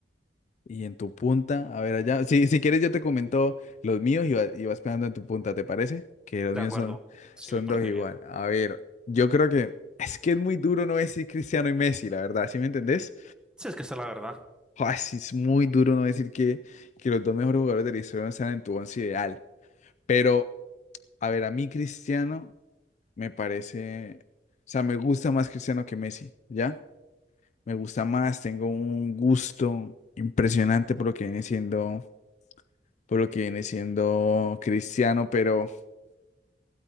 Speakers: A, on the left (about 40°); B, in the centre.
A: Y en tu punta, a ver allá, si, si quieres yo te comento los míos y, va- y vas pegando en tu punta, ¿te parece? Que los
B: De
A: míos
B: acuerdo,
A: son,
B: sí
A: son
B: me parece
A: dos igual.
B: bien.
A: A ver, yo creo que es que es muy duro no decir Cristiano y Messi, la verdad, ¿sí me entendés?
B: Sí, es que esa es la verdad.
A: Joder, sí es muy duro no decir que, que los dos mejores jugadores de la historia no están en tu once ideal. Pero, a ver, a mí Cristiano me parece, o sea, me gusta más Cristiano que Messi, ¿ya? Me gusta más, tengo un gusto impresionante por lo que viene siendo, por lo que viene siendo Cristiano, pero